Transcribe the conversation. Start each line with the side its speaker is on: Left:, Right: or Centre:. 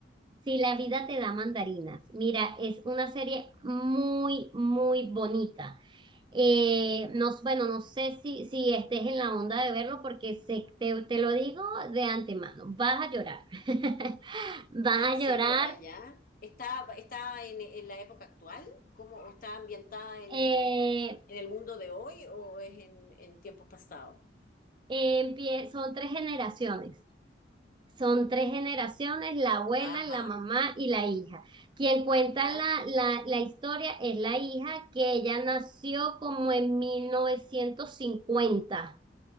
Right: Si la vida te da mandarinas. Mira, es una serie muy, muy bonita. Eh, no, s- bueno, no sé si, si estés en la onda de verlo porque sé- te, te lo digo de antemano, vas a llorar, <laughs> vas
Left: Ah,
Right: a
Left: Señora,
Right: llorar.
Left: ya. ¿Está, está en, en la época actual? ¿Cómo o está ambientada en,
Right: Eh,
Left: eh, en el mundo de hoy o es en, en tiempos pasados?
Right: eh, empie- son tres generaciones, son tres generaciones, la abuela,
Left: Ajá,
Right: la mamá y la hija. Quien cuenta
Left: ya,
Right: la, la, la historia es la hija que ella nació como en 1950